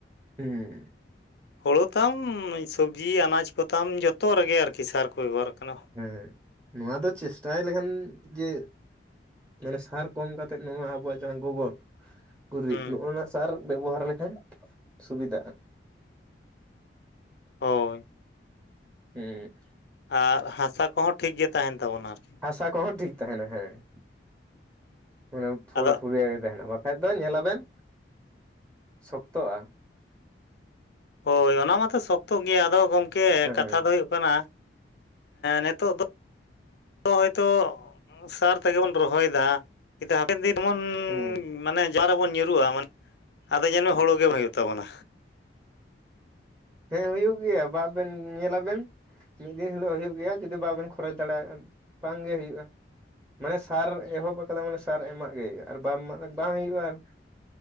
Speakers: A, on the right (about 20°); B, on the left (about 65°).
A: ᱦᱮᱸ
B: ᱦᱳᱲᱳ ᱛᱟᱢ ᱥᱚᱵᱽᱡᱤ ᱟᱱᱟᱡᱽ ᱠᱚᱛᱟᱢ ᱡᱚᱛᱚ ᱨᱮᱜᱮ ᱟᱨᱠᱤ ᱥᱟᱨᱠᱚ ᱵᱮᱵᱚᱦᱟᱨ ᱠᱟᱱᱟ᱾
A: ᱦᱮᱸ ᱱᱚᱣᱟ ᱫᱚ ᱪᱮᱥᱴᱟᱭ ᱞᱮᱠᱷᱟᱱ ᱡᱮ ᱢᱟᱱᱮ ᱥᱟᱨ ᱠᱚᱢ ᱠᱟᱛᱮᱜ ᱱᱚᱣᱟ ᱟᱵᱚᱣᱟᱜ ᱡᱟᱦᱟᱸ ᱜᱚᱜᱚᱨ ᱜᱩᱨᱤᱡ
B: ᱦᱩᱸ
A: ᱱᱚᱜᱼᱱᱟ ᱥᱟᱨ ᱵᱮᱵᱚᱦᱟᱨ ᱞᱮᱠᱷᱟᱱ ᱥᱩᱵᱤᱫᱟᱜᱼᱟ᱾
B: ᱦᱳᱭ
A: ᱦᱮᱸ
B: ᱟᱨ ᱦᱟᱥᱟ ᱠᱚᱦᱚᱸ ᱴᱷᱤᱠ ᱜᱮ ᱛᱟᱦᱮᱱ ᱛᱟᱵᱚᱱᱟ ᱟᱨᱠᱤ᱾
A: ᱦᱟᱥᱟ ᱠᱚᱦᱚᱸ ᱴᱷᱤᱠ ᱛᱟᱦᱮᱱᱟ ᱦᱮᱸ, ᱢᱟᱱᱮ ᱯᱷᱚᱨ
B: ᱟᱫᱚ
A: ᱯᱷᱩᱨᱤᱭᱟᱹ ᱜᱮ ᱛᱟᱦᱮᱱᱟ, ᱵᱟ ᱠᱷᱟᱡ ᱫᱚ ᱧᱮᱞ ᱟᱵᱮᱱ ᱥᱚᱠᱛᱚᱜᱼᱟ᱾
B: ᱦᱳᱭ ᱚᱱᱟ ᱢᱟᱛᱚ ᱥᱚᱠᱛᱚᱜ ᱜᱮᱭᱟ ᱟᱫᱚ ᱜᱚᱢᱠᱮ
A: ᱦᱮᱸ
B: ᱠᱟᱛᱷᱟ ᱫᱚ ᱦᱩᱭᱩᱜ ᱠᱟᱱᱟ ᱱᱤᱛᱚᱜ ᱫᱚ᱾ ᱱᱤᱛᱚᱜ ᱦᱚᱭᱛᱚ ᱥᱟᱨ ᱛᱮᱜᱮ ᱵᱚᱱ ᱨᱚᱦᱚᱭ ᱫᱟ ᱡᱩᱫᱤ ᱦᱟᱯᱮᱱ ᱫᱤᱱ ᱵᱚᱱ
A: ᱦᱮᱸ
B: ᱢᱟᱱᱮ ᱡᱟᱣ ᱨᱮᱵᱚᱱ ᱧᱩᱨᱩᱜᱼᱟ ᱢᱟᱱᱮ ᱟᱫᱚ ᱡᱮᱢᱚᱱ ᱦᱳᱲᱳ ᱜᱮ ᱵᱟᱝ ᱦᱩᱭᱩᱜ ᱛᱟᱵᱚᱱᱟ᱾
A: ᱦᱮᱸ ᱦᱩᱭᱩᱜ ᱜᱮᱭᱟ ᱵᱟᱵᱮᱱ ᱧᱮᱞᱟᱵᱮᱱ᱾ ᱢᱤᱫ ᱫᱤᱱ ᱦᱤᱞᱳᱜ ᱦᱩᱭᱩᱜ ᱜᱮᱭᱟ ᱡᱩᱫᱤ ᱵᱟᱵᱮᱱ ᱠᱷᱚᱨᱚᱪ ᱫᱟᱲᱮᱭᱟᱜᱼᱟ ᱵᱟᱝ ᱜᱮ ᱦᱩᱭᱩᱜᱼᱟ᱾ ᱢᱟᱱᱮ ᱥᱟᱨ ᱮᱦᱚᱵ ᱟᱠᱟᱫᱟ ᱢᱟᱱᱮ ᱥᱟᱨ ᱮᱢᱟᱜ ᱜᱮ ᱦᱩᱭᱩᱜᱼᱟ ᱟᱨ ᱵᱟᱝ ᱮᱢᱟᱜ ᱵᱟᱝ ᱦᱩᱭᱩᱜᱼᱟ᱾ ᱟᱨ